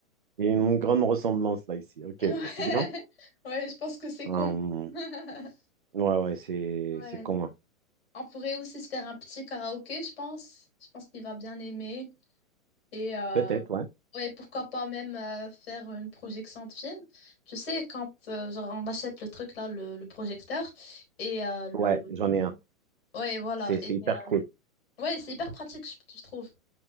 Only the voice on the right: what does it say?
il y a une grande ressemblance là ici.
Ok,
bah, c'est bien.
Hum,
ouais, ouais, c'est
c'est commun.
Peut-être, ouais.
Ouais, j'en ai un.
C'est
c'est hyper
cool.